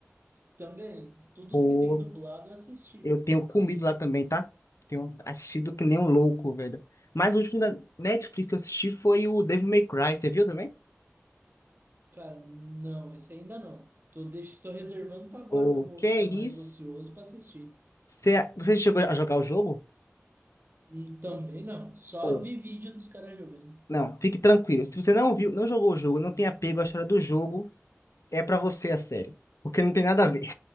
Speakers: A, on the right (about 45°); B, on the left (about 85°).
A: Também, todos
B: Pô,
A: que tem dublado eu assisti,
B: Eu
A: pô.
B: tenho comido lá também, tá? Tenho assistido que nem um louco, velho. Mas o último da Netflix que eu assisti foi o Devil May Cry. Você viu também?
A: Cara, não, esse ainda não. Tô, deix... Tô reservando para agora
B: O
A: que eu vou
B: que é
A: ficar
B: isso?
A: mais ocioso para assistir.
B: Você, você chegou a jogar o jogo?
A: Hum, Também não, só
B: Ou
A: vi vídeo dos caras jogando.
B: não,
A: <laughs>
B: fique tranquilo. Se você não viu, não jogou o jogo, não tem apego à história do jogo, é pra você a série. Porque não tem nada a ver.